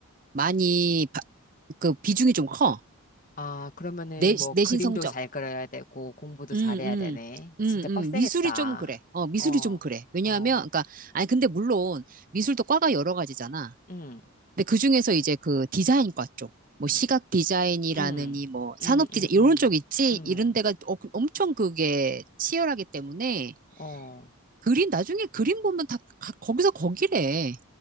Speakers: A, on the right; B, on the left.
A: 많이 바- 그 비중이 좀 커.
B: 아, 그러면은
A: 내,
B: 뭐
A: 내신
B: 그림도
A: 성적.
B: 잘 그려야 되고 공부도
A: 음,
B: 잘해야
A: 음.
B: 되네. 그
A: 음,
B: 진짜
A: 음,
B: 빡세겠다.
A: 미술이 좀 그래. 어, 미술이
B: 어,
A: 좀 그래. 왜냐하면,
B: 어,
A: 그러니까, 아니, 근데 물론, 미술도 과가 여러 가지잖아.
B: 응,
A: 근데 그 중에서 이제 그 디자인과 쪽, 뭐 시각 디자인이라느니
B: 응,
A: 뭐 산업
B: 응,
A: 디자인
B: 응,
A: 이런
B: 응,
A: 쪽 있지
B: 응,
A: 이런 데가 어- 그 엄청 그게 치열하기 때문에
B: 어,
A: 그림 나중에 그림 보면 다 가- 거기서 거기래.